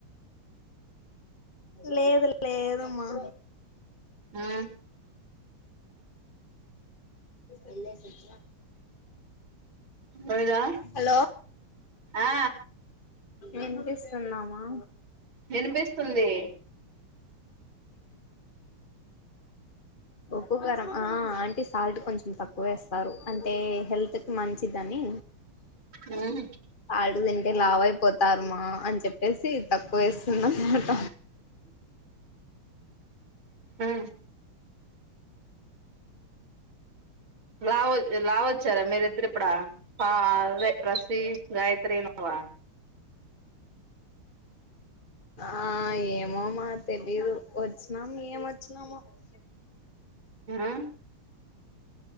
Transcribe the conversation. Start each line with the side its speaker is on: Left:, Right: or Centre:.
Left: లేదు లే లేదు మ
Right: ఆ
Left: ఎల్లిసి వచ్చా
Right: లేదా
Left: హలో
Right: ఆ
Left: ఏం చేసున్నామా
Right: వినిపిస్తుంది
Left: ఉ ఉప్పుకారాము ఆ ఆంటీ సాల్ట్ కొంచెం తక్కువేస్తారు అంటే హెల్త్ కి మంచిదని
Right: ఉ హు
Left: ఆడు తింటే లావయిపోతారుమా అని చెప్పేసి తక్కువ వేస్తుంద అనమాట
Right: ఆ లావ లావోచ్చార మీరద్దరు ఇప్పుడా పాదే రసి గాయత్రి నావా ఆ
Left: ఆ ఏమో మరి తెలీదు వచ్చినాము ఏమొచ్చినామో తెలీదు
Right: ఆ